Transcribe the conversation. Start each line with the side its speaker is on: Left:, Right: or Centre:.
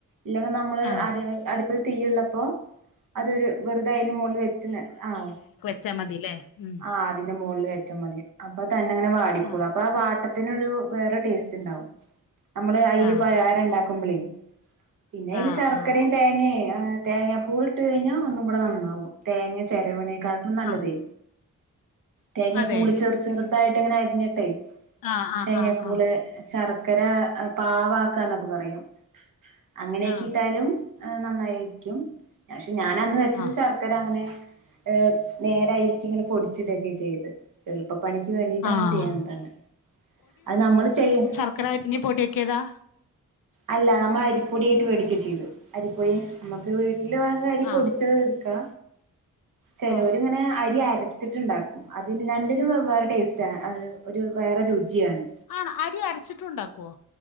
Right: ഇല്ലെങ്ക് നമ്മള്
Left: ആഹ്
Right: അട് അടുപ്പില് തീയിള്ളപ്പോ അതൊരു വെറുത അയിന് മോളില് വെച്ച് ഇങ്ങ ആഹ്
Left: ച്ചാ മതീല്ലേ ഉം
Right: ആഹ് ആതിന്റെ മോളില് വെച്ചാ മതി അപ്പൊ തന്നെ അങ്ങനെ വാടിക്കോളും
Left: ആഹ്
Right: അപ്പ ആ വാട്ട ത്തിനൊരു വേറെ ടേസ്റ്റ് ഇണ്ടാവും നമ്മള് അയില്
Left: ആഹ്
Right: പലഹരം ഇണ്ടാക്കുമ്പളേ പിന്നെ അയില്
Left: ആഹ്
Right: ശർക്കരേം
Left: ആഹ്
Right: തേങ്ങേ ആഹ് തേങ്ങാ പൂളിട്ട് കഴിഞ്ഞാ ഒന്നും കൂടെ നന്നാവും തേങ്ങ ചെരവണേക്കാ നല്ലതേ
Left: ആഹ്
Right: തേങ്ങാപ്പൂള്
Left: അതെ
Right: ചെറു ചെറുതായിട്ട് ഇങ്ങനെ അരിഞ്ഞട്ടെ
Left: ആഹ് ആഹ്
Right: തേങ്ങാപ്പൂള്
Left: ആഹ്
Right: ശർക്കര ആഹ് പാവാക്ക എന്നൊക്കെ പറയും അങ്ങനെയാക്കീട്ടാലും
Left: ആഹ് ആഹ്
Right: ആഹ് നന്നായിരിക്കും പക്ഷെ ഞാൻ അന്ന് വെച്ചത്
Left: ആഹ്
Right: ചർ ക്കര അങ്ങനെ ഏഹ് നേരെ അയില്ക്ക് ഇങ്ങനെ പൊടിച്ചിടുവൊക്കെയാ ചെയ്തെ എളുപ്പപണിക്ക് വേണ്ടീട്ട് അങ്ങനെ
Left: ആഹ്
Right: ചെയ്യണതാണ് അത് നമ്മൾ ചെയ്യും
Left: <unintelligible> ഇഞ്ഞ് പൊടിയാക്കിയതാ
Right: അല്ല നമ്മള് അരിപ്പൊടി ആയിട്ട് വേടിക്കാ ചെയ്തെ അരിപ്പൊടി നമ്മക്ക് വീട്ടില് വേണങ്ക് അരി പൊടിച്ചത്
Left: ആഹ്
Right: എടുക്കാ ചെലോര്
Left: ആഹ്
Right: ഇങ്ങനെ അരി ആര രച്ചിട്ടുണ്ടാക്കും അതിന് രണ്ടിനും വെവ്വേറെ ടേസ്റ്റ് ആണ് ആഹ് ഒര് വേറെ രുചിയാണ്
Left: ആണോ അരി അരച്ചിട്ടുണ്ടാക്കോ?